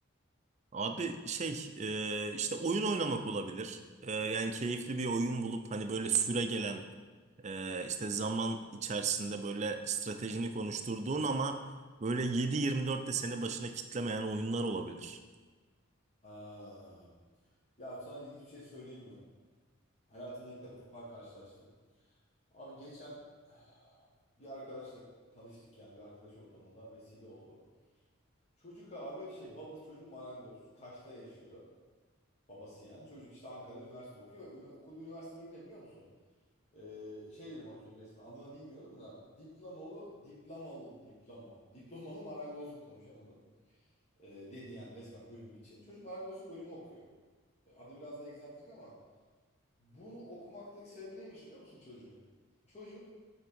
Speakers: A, on the right; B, on the left.
A: Abi şey e, işte oyun oynamak olabilir. E, yani keyifli bir oyun bulup hani böyle süre gelen e, işte zaman içerisinde böyle stratejini konuşturduğun ama böyle 7-24 de seni başına kitlemeyen oyunlar olabilir.
B: Aa, ya sana ilginç bir şey söyleyeyim mi? Hayatımda ilk defa karşılaştım. Abi geçen <sighs> bir arkadaşla tanıştık yani bir arkadaş ortamında vesile oldu. Çocuk abi şey babası çocuğu marangoz. Kaş'ta yaşıyor. Babası yani. Çocuk işte Ankara'da üniversite okuyor. Ünivers- okuduğu üniversite bölümü ne biliyor musun? Ee, şey dedi bana çocuk resmen. Adını bilmiyorum da. Diplomalı, diplomalı, diploma. Diplomalı marangozluk konuşamadım. Ee, dedi yani resmen bölümü için. Çocuk marangozluk bölümü okuyor. Adı biraz daha egzantrik ama bunu okumaktaki sebebi neymiş biliyor musun çocuğun? Çocuk